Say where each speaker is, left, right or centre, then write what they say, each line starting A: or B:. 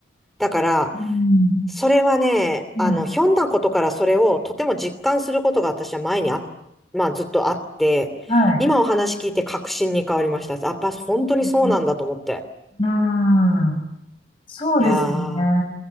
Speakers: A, in the centre; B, on the left.
A: だから、
B: うん
A: それはね、あの、
B: はい、
A: ひょんなことからそれをとても実感することが私は前にあ、まあずっとあって、
B: はい。
A: 今お話聞いて確信に変わりました。やっぱ本当にそうなんだと思って。
B: うん。うんそうですね。
A: いやー、